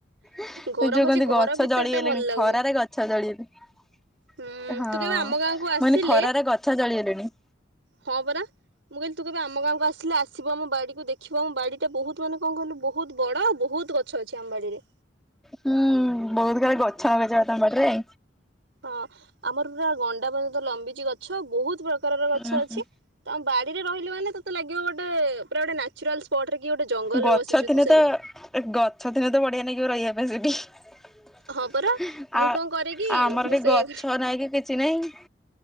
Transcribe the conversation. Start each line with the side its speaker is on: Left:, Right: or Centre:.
Centre: ଏ
Right: ଗରମ
Centre: ଯୋଉ
Right: ହଉଛି
Centre: କହନ୍ତି
Right: ଘର
Centre: ଗଛ
Right: ଭିତର
Centre: ଜଳିଗଲେଣି
Right: ଟା ଭଲ ଲାଗୁନି।
Centre: ଖରାରେ ଗଛ ଜଳିଗଲେ।
Right: ହୁଁ
Centre: ହଁ
Right: ତୁ କେବେ ଆମ ଗାଁକୁ ଆସିଲେ
Centre: ମାନେ ଖରାରେ ଗଛ ଜଳିଗଲେଣି।
Right: ହଁ ପରା ମୁଁ କହିଲି ତୁ କେବେ ଆମ ଗାଁକୁ ଆସିଲେ ଆସିବ ଆମ ବାଡିକୁୁ ଦେଖିବ ଆମ ବାଡି ଏତେ ବହୁତ ମାନେ କଣ କହିଲୁ ବହୁତ ବଡ ବହୁତ ଗଛ ଅଛି ଆମ ବାଡ଼ିରେ।
Centre: ହୁଁ ବହୁତ ଖାଲି ଗଛ ଲଗେଇଛ ତମ ବାଡ଼ିରେ।
Right: ହଁ ଆମର ପୁରା ଗଣ୍ଡା ପର୍ଯ୍ୟନ୍ତ ଲମ୍ବିଚି ଗଛ ବହୁତ ପ୍ରକ କାର ର ଗଛ
Centre: ଉଁ
Right: ଅଛି
Centre: ହୁଁ।
Right: ତ ଆମ ବାଡିରେ ରହିଲେ ମାନେ ତତେ ଲାଗିବ ଗୋଟେ ପୁରା ଗୋଟେ ନେଚୁରାଲ ସ୍ପଟରେ କି ଗୋଟେ ଜଙ୍ଗଲରେ
Centre: ଗଛ
Right: ବସିଛୁ
Centre: ଥିନେ
Right: ତୁ ସେମିତି
Centre: ତ ଗଛ ଥିନେ ତ ବଢିଆ ନାଗିବ ରହିବା ପାଇଁ ସେଠି।
Right: ହଁ ପରା ମୁଁ
Centre: ଆ
Right: କଣ କରେ କି
Centre: ଆମର
Right: ମୁଁ
Centre: ଟିକେ
Right: ସେଇଆ
Centre: ଗଛ
Right: କରେ
Centre: ନାଇଁ କି କିଛି ନାଇଁ